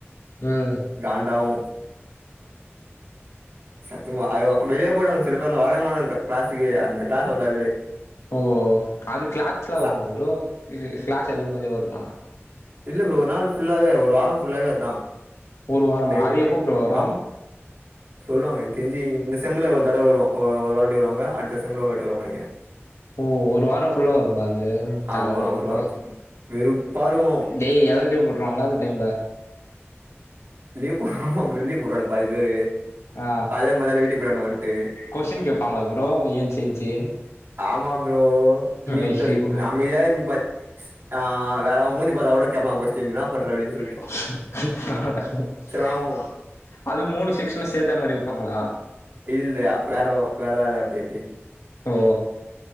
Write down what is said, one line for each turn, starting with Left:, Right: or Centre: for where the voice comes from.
Left: ம்
Right: காண்டாவு சத்தியமா அய்யோ வெளிய போயிடுவாங்க சில பேர்லா வரவே மாட்டாங்க க்ளாஸ்க்கே அந்த க்ளாஸ் வந்தாலே
Left: ஓ அது கிளாஸ்க்குலா
Right: ச
Left: வருமா ப்ரோ இல்ல கிளாஸ் எடுக்கும்போதே வருமா
Right: இல்ல ப்ரோ ஒரு நாள் ஃபுல்லாவே ஒரு வாரோ ஃபுல்லாவே அதா
Left: ஒரு வாரமா
Right: டெய்லியுமே
Left: அது எப்போ ப்ரோ வரு
Right: ஆமா சொல்லுவாங்க எனக்கு தெரிஞ்சு இந்த செம்ல ஒரு தடவ வரு ஒரு வாட்டி வருவாங்க அடுத்த செம்ல ஒரு வாட்டி வருவாங்க
Left: ஓ ஒரு வாரோ ஃபுல்லா வருமா அது
Right: ஆமா
Left: தலவலி
Right: ஒரு
Left: ப்ரோ
Right: வாரோ வெறுப்பா இருக்கு
Left: டேய் எல்லா லீவு போட்ருவாங்களா அந்த டைம்ல
Right: லீவ் போ ஆமா ப்ரோ லீவ் போட்ருவாங்க பாதி பேரு
Left: ஆ
Right: அதே மாரி மதியான வீட்டுக்கு போயிர்வான்வோ வன்ட்டு
Left: கொஸ்டின் கேப்பாங்களா ப்ரோ ஏன்ச்சி ஏன்ச்சு
Right: ஆமா ப்ரோ நீ
Left: ஐயோ
Right: அமைதியா <unintelligible> ஆ வேற அவன் மூஞ்ச பாத்தா கூட கேப்பாங்க கொஸ்டின் என்ன பண்ற அப்டினு
Left: அட
Right: ஆவு
Left: அது மூணு செக்ஸனு சேத்தா மாரி வப்பாங்களா
Right: இல்ல வேறோ வேற வேற அப்டி இப்டி
Left: ஓ